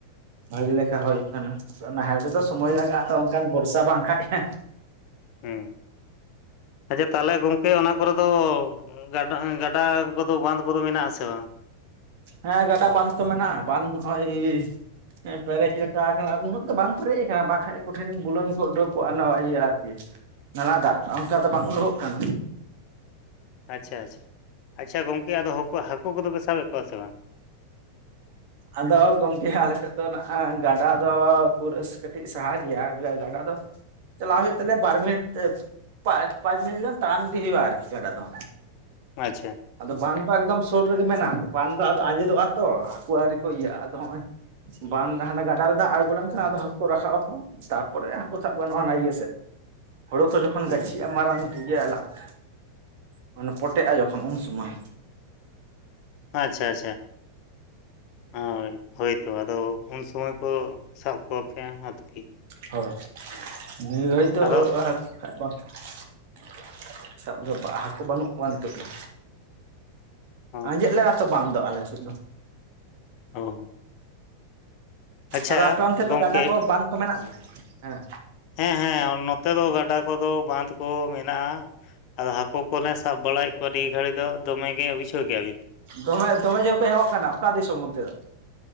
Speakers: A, on the right; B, on the left.
A: ᱵᱷᱟᱹᱜᱤ ᱞᱮᱠᱟ ᱦᱩᱭᱩᱜ ᱠᱟᱱᱟ ᱾ ᱱᱟᱦᱮᱞ ᱛᱮᱫᱚ ᱥᱚᱢᱚᱭ ᱞᱟᱜᱟᱜᱼᱟ ᱟᱫᱚ ᱚᱱᱠᱟᱱ ᱵᱚᱨᱥᱟ ᱵᱟᱝ ᱠᱷᱟᱡ ᱾
B: ᱦᱮᱸ ᱟᱪᱪᱷᱟ ᱛᱟᱦᱚᱞᱮ ᱜᱚᱢᱠᱮ ᱚᱱᱟ ᱠᱚᱨᱮ ᱫᱚ ᱜᱟᱰᱟ ᱜᱟᱰᱟ ᱠᱚᱫᱚ ᱵᱟᱸᱫᱷ ᱠᱚᱫᱚ ᱢᱮᱱᱟᱜ ᱟᱥᱮ ᱵᱟᱝ?
A: ᱦᱮᱸ ᱜᱟᱰᱟ ᱵᱟᱸᱫᱷ ᱠᱚ ᱢᱮᱱᱟᱜᱼᱟ ᱵᱟᱸᱫᱷ ᱱᱚᱜᱼᱚᱭ ᱦᱮᱸ ᱯᱮᱨᱮᱡ ᱞᱮᱠᱟ ᱠᱟᱱᱟ ᱩᱱᱟᱹᱜ ᱫᱚ ᱵᱟᱝ ᱯᱮᱨᱮᱡ ᱠᱟᱱᱟ ᱵᱟᱠᱷᱟᱡ ᱠᱚᱴᱷᱤᱱ ᱵᱩᱞᱟᱹᱱ ᱠᱚ ᱩᱰᱳᱠ ᱠᱚᱜᱼᱟ ᱱᱟᱣᱟ ᱤᱭᱟᱹ ᱟᱨᱠᱤ ᱱᱟᱞᱟ ᱫᱟᱜ ᱚᱱᱠᱟ ᱫᱚ ᱵᱟᱝ ᱩᱰᱩᱠᱚᱜ ᱠᱟᱱᱟ᱾
B: ᱟᱪᱪᱷᱟ ᱟᱪᱪᱷᱟ, ᱟᱪᱪᱷᱟ ᱜᱚᱝᱠᱮ ᱟᱫᱚ ᱦᱟᱹᱠᱩ ᱦᱟᱹᱠᱩ ᱠᱚᱫᱚ ᱯᱮ ᱥᱟᱵᱮᱜ ᱠᱚᱣᱟ ᱥᱮ ᱵᱟᱝ?
A: ᱟᱫᱚ ᱜᱚᱢᱠᱮ ᱟᱞᱮ ᱥᱮᱫ ᱫᱚ ᱱᱟᱜ-ᱟ ᱜᱟᱰᱟ ᱫᱚ ᱯᱩᱨᱟᱹ ᱠᱟᱹᱴᱤᱡ ᱥᱟᱦᱟ ᱜᱮᱭᱟ ᱜᱟ ᱜᱟᱰᱟ ᱫᱚ᱾ ᱪᱟᱞᱟᱣ ᱦᱩᱭᱩᱜ ᱛᱟᱞᱮᱭᱟ ᱵᱟᱨ ᱢᱤᱱᱤᱴ ᱛᱮ ᱯᱟᱸᱪ ᱯᱟᱸᱪ ᱢᱤᱱᱤᱴ ᱜᱟᱱ ᱛᱟᱲᱟᱢ ᱤᱫᱤ ᱦᱩᱭᱩᱜᱼᱟ ᱟᱨᱠᱤ ᱜᱟᱰᱟ ᱫᱚ᱾
B: ᱟᱪᱪᱷᱟ ᱾
A: ᱟᱫᱚ ᱵᱟᱱᱫᱚ ᱮᱠᱫᱚᱢ ᱥᱩᱨ ᱨᱮᱜᱮ ᱢᱮᱱᱟᱜ ᱵᱟᱱᱫᱚ ᱟᱫᱚ ᱟᱸᱡᱮᱫᱚᱜᱼᱟ ᱛᱚ ᱦᱟᱹᱠᱩ ᱟᱹᱣᱨᱤ ᱠᱚ ᱤᱭᱟᱹᱜᱼᱟ, ᱟᱫᱚ ᱦᱚᱸᱜᱼᱚᱭ ᱵᱟᱸᱫᱷ ᱦᱟᱱᱟ ᱜᱟᱰᱟ ᱨᱮ ᱫᱟᱜ ᱟᱲᱜᱳ ᱞᱮᱱᱠᱷᱟᱱ ᱟᱫᱚ ᱦᱟᱹᱠᱩ ᱠᱚ ᱨᱟᱠᱟᱵ ᱟᱠᱚ ᱾ ᱛᱟᱨᱯᱚᱨᱮ ᱦᱟᱹᱠᱩ ᱥᱟᱵ ᱜᱟᱱᱚᱜ-ᱟ ᱦᱟᱱᱟ ᱤᱭᱟᱹ ᱥᱮᱫ ᱾ ᱦᱳᱲᱳ ᱠᱚ ᱡᱚᱠᱷᱚᱱ
B: ᱦᱮᱸ
A: ᱜᱟᱹᱪᱷᱤᱜᱼᱟ ᱢᱟᱨᱟᱝ ᱤᱭᱟᱹ ᱞᱟᱴᱷ ᱢᱟᱱᱮ ᱯᱚᱴᱮᱜᱼᱟ ᱡᱚᱠᱷᱚᱱ ᱩᱱ ᱥᱚᱢᱚᱭ᱾
B: ᱟᱪᱪᱷᱟ ᱟᱪᱪᱷᱟ ᱦᱳᱭ ᱦᱳᱭᱛᱚ ᱟᱫᱚ ᱩᱱ ᱥᱩᱚᱢᱚᱭ ᱠᱚ ᱥᱟᱵ ᱠᱚᱣᱟᱯᱮ ᱟᱨᱠᱤ ᱾
A: ᱦᱳᱭ ᱱᱤᱭᱟᱹ ᱜᱷᱟᱹᱲᱤᱡ ᱫᱚ
B: ᱟᱫᱚ
A: <unintelligible> ᱥᱟᱵ ᱫᱚ ᱦᱟᱹᱠᱩ ᱵᱟᱹᱱᱩᱜ ᱠᱚᱣᱟ ᱱᱤᱛᱟᱹᱜ ᱫᱚ᱾
B: ᱦᱳᱭ
A: ᱟᱸᱡᱮᱫ ᱞᱮᱱᱟ ᱛᱚ ᱵᱟᱸᱫᱷ ᱫᱚ ᱟᱞᱮ ᱥᱮᱫ ᱫᱚ᱾
B: <inaudible> ᱟᱪᱪᱷᱟ
A: ᱟᱫᱚ ᱟᱯᱮ ᱚᱱᱛᱮ
B: ᱜᱚᱢᱠᱮ
A: ᱫᱚ ᱜᱟᱰᱟ ᱠᱚ ᱵᱟᱸᱫᱷ ᱠᱚ ᱢᱮᱱᱟᱜ ᱜᱮᱭᱟ? ᱦᱮᱸ
B: ᱦᱮᱸ ᱦᱮᱸ ᱱᱚᱛᱮ ᱫᱚ ᱜᱟᱰᱟ ᱠᱚᱫᱚ ᱵᱟᱸᱫᱷ ᱠᱚ ᱢᱮᱱᱟᱜᱼᱟ᱾ ᱟᱫᱚ ᱦᱟᱹᱠᱩ ᱠᱚᱞᱮ ᱥᱟᱵ ᱵᱟᱲᱟᱭᱮᱜ ᱠᱚᱣᱟ ᱱᱤᱭᱟᱹ ᱜᱷᱟᱹᱲᱤ ᱫᱚ ᱫᱚᱢᱮᱜᱮ ᱵᱩᱡᱷᱟᱹᱣ ᱠᱮᱜ ᱟᱵᱤᱱ᱾
A: ᱫᱚᱢᱮ ᱫᱚᱢᱮ ᱡᱳᱨ ᱠᱚ ᱧᱟᱢᱚᱜ ᱠᱟᱱᱟ ᱚᱠᱟ ᱫᱤᱥᱚᱢ ᱚᱱᱛᱮ ᱫᱚ?